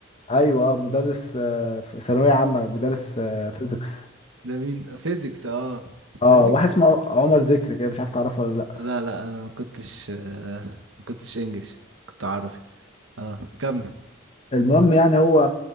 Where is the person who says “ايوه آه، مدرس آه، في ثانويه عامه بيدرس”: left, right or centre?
Left